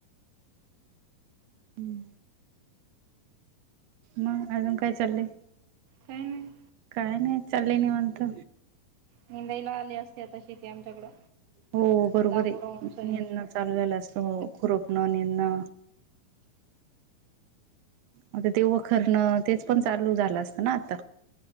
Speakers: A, on the right; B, on the right.
A: हं मग अजून काय चाललय
B: काही नाही
A: काय नाही चालले म्हणत
B: मुंबई ला आली असते आता शेती आमच्याकडं
A: हो बरोबर
B: लागवड
A: आहे
B: उंचणे
A: नेंद चालूयला असतं हो खुरोप न ने ना आता तेव्हाखरणं तेच पण चाल चाल झालं असत ना आ